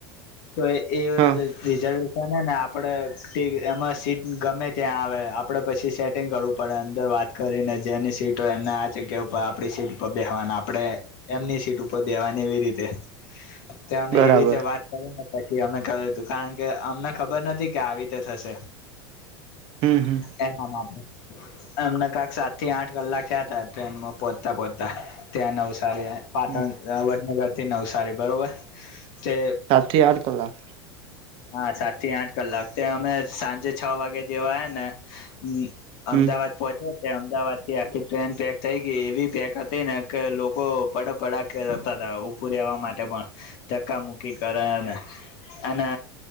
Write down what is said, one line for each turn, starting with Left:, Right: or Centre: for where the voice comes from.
Left: તો એ
Right: હા
Left: રિઝર્વેસન ને આપડે એમાં સીટ ગમે ત્યાં આવે આપડે પછી સેટિંગ કરવું પડે અંદર વાત કરીને જેની સીટ હોય એને આ જગ્યા ઉપર આપડી સીટ ઉપર બેહવાની આપડે એમની સીટ ઉપ દેવાની એવી રીતે ત અમે
Right: બરાબર
Left: એવી રીતે વાત કરીને પ થી અમે કર્યું હતું કારણ કે અમને ખબર નથી કે આવી રીતે થશે.
Right: હમ હમ
Left: <unintelligible> અમને કાંક સાતથી આઠ કલાક થયા તા ટ્રેન માં પોચ્તા પોચ્તા ત્યાં નવ સારીએ પાટન
Right: હમ
Left: વડનગરથી નવસારી બરોબર તે
Right: તાથીથી આઠ કલાક
Left: હા સાતથી આઠ કલાક ત્યા અમે સાંજે છ વાગે જેવા હે ને હમ અમદાવાદ
Right: હમ
Left: પહોંચ્યો અમદાવાદ થી આખી ટ્રેન પેક થઈ ગઈ એવી પેક હતી ને કે લોકો પડપડાકે રહતા હતા ઉભું રેવા માટે પણ ધક્કા મૂકી કરે અને અને